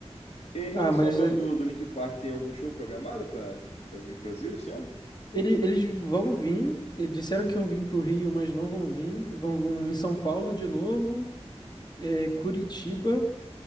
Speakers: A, on the left (about 70°); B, on the left (about 40°).
A: Em relação
B: Ah, mas
A: à banda
B: é,
A: do, do Linkin Park, tem algum show programado para para vir pro Brasil esse ano?
B: ele- eles vão vir. eh, Disseram que iam vir pro Rio, mas não vão vir. Vão, vão em São Paulo de novo, eh, Curitiba